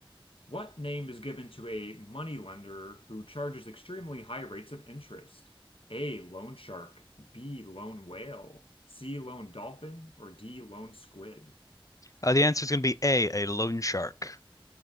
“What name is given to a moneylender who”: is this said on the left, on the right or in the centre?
Left